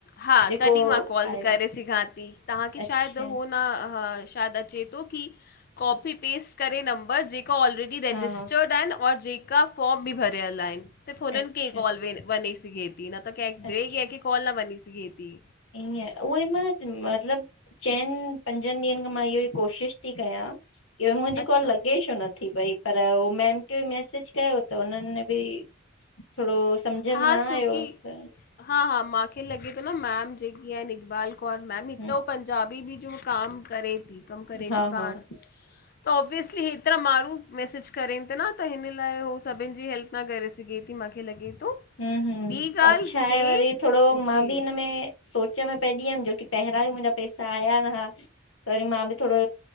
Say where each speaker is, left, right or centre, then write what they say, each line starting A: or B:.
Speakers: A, on the left; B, on the left.
A: हा
B: जेको
A: तॾहिं मां कॉल
B: आयो
A: करे
B: आहे।
A: सिघां थी तव्हां की शायदि
B: अच्छा
A: हो न हा हा, शायदि अचे थो की कॉपी पेस्ट करे नंबर जेका ऑलरे डी रजिस्टर
B: हा
A: आहिन और जेका फॉर्म बि भरियल आहिन सिर्फ़ हुननि
B: अच्छा
A: खे कॉल बने सघे थी न त के
B: अच्छा
A: बे कह के कॉल न बनी सघी थी।
B: ईअं उहेई मां मतिलबु चइनि पंजनि ॾींहंनि खां मां इहो ई कोशिश ती कयां की मुंहिंजी
A: अच्छा
B: कॉल लॻे छो नथी पई पर हो मैम खे मेसेज कयो। त उन्हनि बि थोरो सम्झ में
A: हा
B: न आयो
A: छोकी
B: त
A: हा हा मांखे लॻे थो न मैम जेकी आहे इकबाल कौर मैम हिकु
B: हम्म,
A: त हो पंजाबी बि जो कम करे थी कमु करे
B: हा
A: थी पाण
B: <inaudible>
A: त ऑब्वियसली एतिरा माण्हू मैसेज करनि त न त हिन लाइ उहो सभिनि जी हेल्प न करे सघे थी माखे लॻे थो।
B: हूं हूं
A: ॿी
B: और
A: ॻाल्हि
B: छा आहे
A: हे
B: वरी थोरो मां
A: जी
B: बि हिनमें सोच में पइजी वियमि जोकी पहिरियां बि मुंहिंजा पैसा आया न हुआ त वरी मां बि थोरो